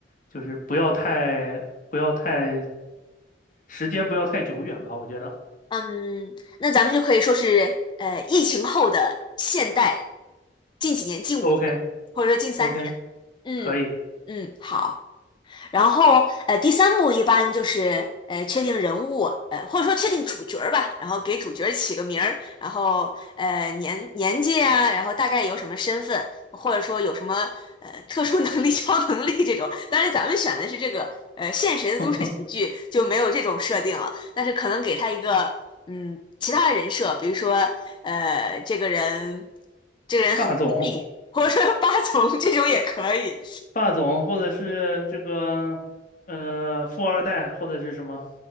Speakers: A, on the left; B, on the left.
A: 就是不要太不要太时间不要太久远吧，我觉得。
B: 嗯，那咱们就可以说是呃疫情后的现代，近几年，近五年，
A: OK
B: 或者说近三年。
A: OK。
B: 嗯嗯，
A: 可以，
B: 好。然后呃，第三部一般就是呃确定人物，呃或者说确定主角儿吧，然后给主角儿起个名儿，然后呃年年纪啊，然后大概有什么身份，或者说有什么呃特殊能力、<laughs> 超能力这种。当然咱们选的是这个呃现实的都市喜剧就没有这种设定了，
A: <laughs>
B: 但是可能给他一个嗯其他的人设，比如说呃这个人这个人很，
A: 霸总，
B: 或者说八层这种也可以。
A: 霸总，或者是这个呃富二代，或者是什么，